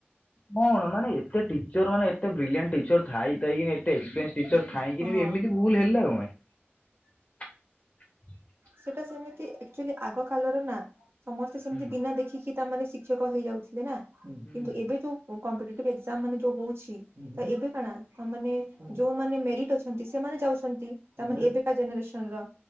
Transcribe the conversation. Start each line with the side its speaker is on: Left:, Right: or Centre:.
Left: କଣ ମାନେ ଏତେ ଟିଚର ମାନେ ଏତେ ବ୍ରିଲିଣ୍ଟ ଟିଚର୍ ଥାଇକି ଏେ ଏକ୍ସପିରିଏନ୍ସଟିର ଥାଇଁକି
Right: ହଁ
Left: ଏମିତି ଭୁଲ ହେଲା କଣ ପାଇଁ। <inaudible>
Right: ସେଇଟା ସେମିତି ଆଚୁଆଲି ଆଗ କାଳର ନା ସମସ୍ତେ ସେମିତି
Left: ହୁଁ
Right: ବିନା ଦେଖିକି ତା ମାନେ ଶିକ୍ଷକ ହେଇଯାଉଥିଲେ ନା
Left: ହୁଁ
Right: କିନ୍ତୁ
Left: ହୁଁ
Right: ଏବେ ଯୋଉ କମ୍ପି ଏଜାମ ମାନେ ଯୋଉ ହଉଛି। ତ ଏବେ କଣ ତା ମାନେ। ଯୋଉମାନେ ମେରିଟ ଅଛନ୍ତି ସେମାନେ ଯାଉଛନ୍ତି ତାମାନେ ଏବେକା ଜେନେରେସନ୍ ର।